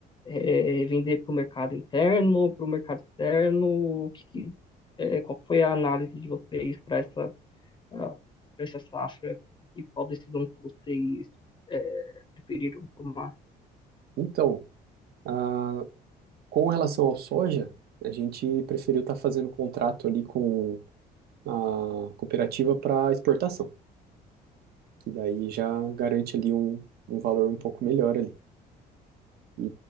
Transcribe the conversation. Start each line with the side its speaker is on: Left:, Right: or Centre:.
Left: eh, vender para o mercado interno, para o mercado externo? O que que, eh, qual que foi a análise de vocês para essa, ah, pra essa safra e qual decisão que vocês eh, preferiram tomar?
Right: Então, ah, com relação ao soja, a gente preferiu estar fazendo contrato ali com a cooperativa para exportação, que daí já garante ali um, um valor um pouco melhor ali. E